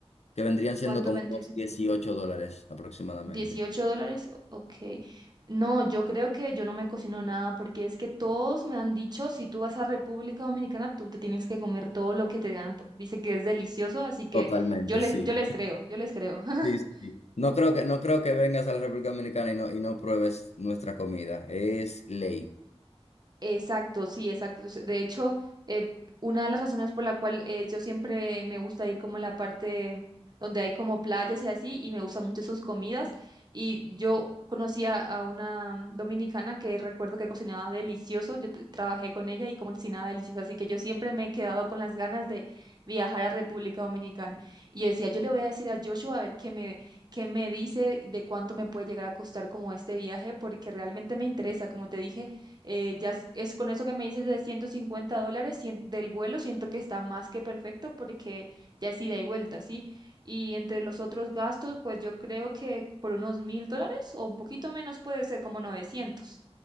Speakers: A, on the left; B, on the right.
A: que vendrían siendo
B: ¿Cuánto
A: como
B: vendría
A: unos
B: siendo?
A: 18 dólares aproximadamente.
B: ¿18 dólares? O- Ok. No, yo creo que yo no me cocino nada porque es que todos me han dicho, si tú vas a República Dominicana, tú te tienes que comer todo lo que te dan. pues, Dice que es delicioso, así que
A: Totalmente,
B: yo les,
A: sí.
B: yo les creo, yo les creo. <laughs>
A: Sí, sí. sí. No creo que, no creo que vengas a la República Dominicana y no, y no pruebes nuestra comida. Es ley.
B: Exacto, sí, exacto. Se- De hecho, eh, una de las razones por la cual eh, yo siempre me gusta ir como a la parte donde hay como playas y así, y me gustan mucho sus comidas. Y yo conocí a, a una mm, dominicana que recuerdo que cocinaba delicioso. Yo t- trabajé con ella y cocinaba delicioso. Así que yo siempre me he quedado con las ganas de viajar a República Dominicana. Y yo decía, yo le voy a decir a Joshua a ver qué me, qué me dice de cuánto me puede llegar a costar como este viaje, porque realmente me interesa, como te dije eh, ya es, es con eso que me dices de 150 dólares sien- del vuelo, siento que está más que perfecto porque ya es ida y vuelta, ¿sí? Y entre los otros gastos, pues yo creo que por unos mil dólares o un poquito menos puede ser como 900.